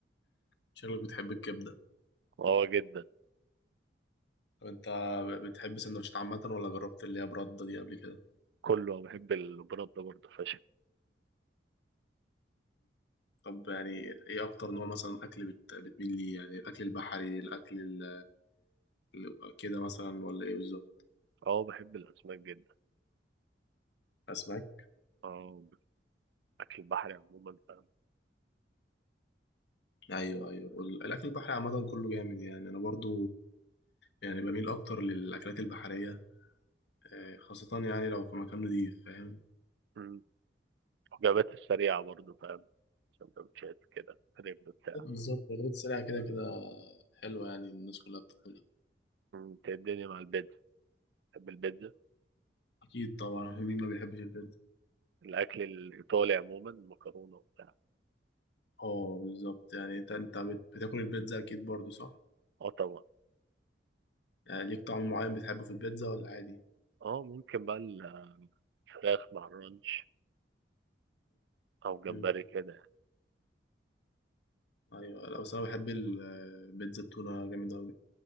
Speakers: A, on the left (about 70°); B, on the right (about 70°).
A: شكلك بتحب الكبدة
B: اه جدا
A: طب انت بتحب سندوتشات عامة ولا جربت اللي هي برده دي قبل كده؟
B: كله بحب البرد ده برضه فشخ
A: طب يعني ايه اكتر نوع مثلا اكل بت... بتميل ليه يعني الاكل البحري الاكل ال... ال- كده مثلا ولا ايه بالظبط
B: اه بحب الاسماك جدا
A: اسماك
B: اه اكل البحري عموما فاهم
A: ايوه ايوه وال- الاكل البحري عامه كله جامد يعني انا برضو يعني بميل اكتر للاكلات البحريه آه، خاصه يعني لو في مكان نضيف فاهم
B: مم. وجبات السريعة برضه فاهم سندوتشات كده كريب بتاع
A: بالظبط الرد السريع كده كده حلوة يعني الناس كلها بتاكلها
B: مم. إنت إيه الدنيا مع البيتزا بحب البيتزا
A: اكيد طبعا <laughs> مين ما بيحبش البيتزا
B: الاكل الايطالي عموما مكرونة وبتاع
A: اه بالظبط يعني انت انت بت- بتاكل البيتزا اكيد برضو صح
B: اه طبعا
A: يعني ليك طعم معين بتحبه في البيتزا ولا عادي
B: اه ممكن بقى الفراخ مع الرانش او جمبري
A: مم.
B: كده يعني.
A: ايوه لا بس انا بحب ال- البيتزا التونه جامده قوي